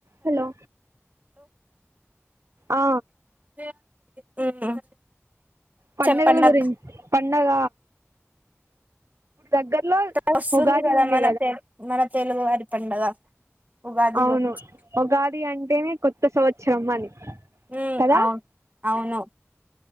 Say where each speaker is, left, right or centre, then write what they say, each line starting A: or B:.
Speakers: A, on the right (about 75°); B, on the right (about 35°).
A: Hello ఆ
B: <inaudible>
A: పండగలు
B: చెప్పండి
A: గురి
B: అక్క
A: పండగ దగ్గరలో
B: అ వస్తుంది
A: ఉగాది
B: కదా
A: ఉంది
B: మన తె మన తెలుగువారి పండగ ఉగాది
A: అవును
B: గురించి
A: ఉగాది అంటేనే కొత్త సంవత్సరం అని
B: హు
A: కదా
B: అవు అవును